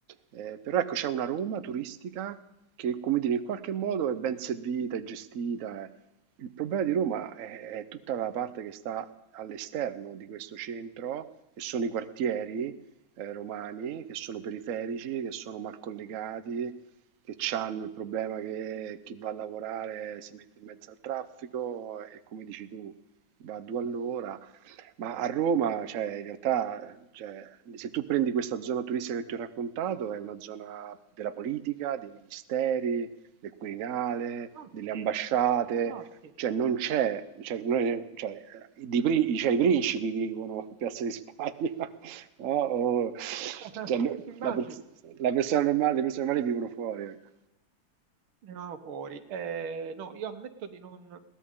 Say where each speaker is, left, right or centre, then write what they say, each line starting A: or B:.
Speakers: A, on the right; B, on the right.
A: Eh, però ecco, c'è una Roma turistica che, come dire, in qualche modo è ben servita, è gestita. eh. Il problema di Roma è, è tutta la parte che sta all'esterno di questo centro, che sono i quartieri eh, romani, che sono periferici, che sono mal collegati, che hanno il problema che chi va a lavorare si mette in mezzo al traffico e come dici tu, va a due all'ora ma a Roma, cioè, in realtà, cioè, se tu prendi questa zona turistica che ti ho raccontato, è una zona della politica, dei ministeri, del Quirinale,
B: Infatti,
A: delle ambasciate,
B: infatti,
A: cioè non c'è, cioè, noi- cioè, di pri- cioè, i principi vivono a Piazza di Spagna, <laughs> no? O-
B: <laughs>
A: cioè, noi-
B: immagino
A: la, pers- la persona normale, le persone normali vivono fuori, ecco.
B: venivano fuori. Eh, no, io ammetto di non